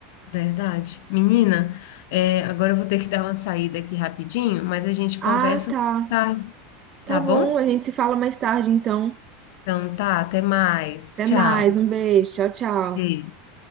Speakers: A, on the left (about 70°); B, on the right (about 40°).
A: verdade. Menina, é, agora eu vou ter que dar uma saída aqui rapidinho, mas a gente
B: Ah,
A: conversa
B: tá.
A: tarde,
B: Tá
A: tá
B: bom,
A: bom?
B: a gente se fala mais tarde, então.
A: Então tá, até mais.
B: Até
A: Tchau.
B: mais, um beijo, tchau, tchau.
A: Beijo.